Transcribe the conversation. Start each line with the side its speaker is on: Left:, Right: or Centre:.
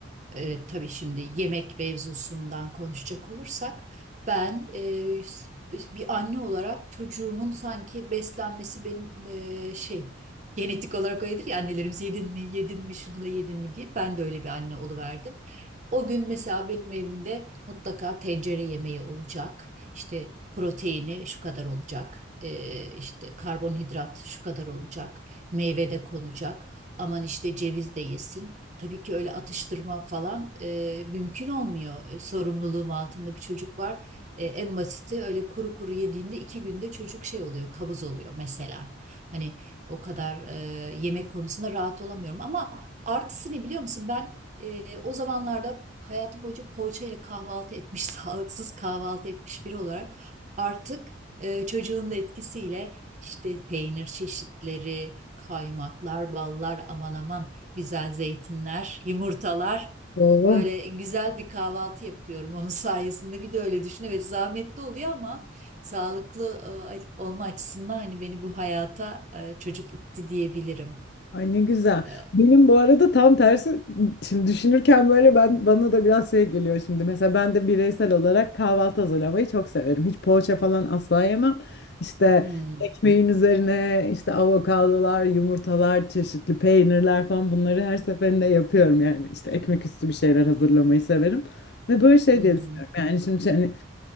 Right: e, tabii şimdi yemek mevzusundan konuşacak olursak ben e, bir anne olarak çocuğumun sanki beslenmesi benim e, şey genetik olarak öyledir ya annelerimiz yedin mi yedin mi şunu da yedin mi diye ben de öyle bir anne oluverdim. O gün mesela benim evimde mutlaka tencere yemeği olacak. İşte proteini şu kadar olacak. e, işte karbonhidrat şu kadar olacak. Meyve de konacak. Aman işte ceviz de yesin. Tabii ki öyle atıştırma falan e, mümkün olmuyor. E, Sorumluluğum altında bir çocuk var. E, en basiti öyle kuru kuru yediğinde iki günde çocuk şey oluyor, kabız oluyor mesela. Hani o kadar e, yemek konusunda rahat olamıyorum. Ama artısı ne biliyor musun? Ben e, o zamanlarda hayatım boyunca poğaça ile kahvaltı etmiş, <laughs> sağlıksız kahvaltı etmiş biri olarak artık e, çocuğun da etkisiyle işte peynir çeşitleri, kaymaklar, ballar aman aman güzel zeytinler, yumurtalar.
Left: Doğru.
Right: Böyle güzel bir kahvaltı yapıyorum onun <laughs> sayesinde. Bir de öyle düşün. Evet zahmetli oluyor ama sağlıklı e, olma açısından hani beni bu hayata e, çocuk itti diyebilirim.
Left: Ay ne güzel.
Right: E,
Left: Benim bu arada tam tersi şimdi düşünürken böyle ben bana da biraz şey geliyor şimdi. Mesela ben de bireysel olarak kahvaltı hazırlamayı çok severim. Hiç poğaça falan asla yemem. İşte
Right: hmm,
Left: ekmeğin üzerine işte avokadolar, yumurtalar, çeşitli peynirler falan bunları her seferinde yapıyorum yani. İşte ekmek üstü bir şeyler hazırlamayı severim. Ve böyle şey
Right: hı hı.
Left: diye düşünüyorum. Yani şimdi hani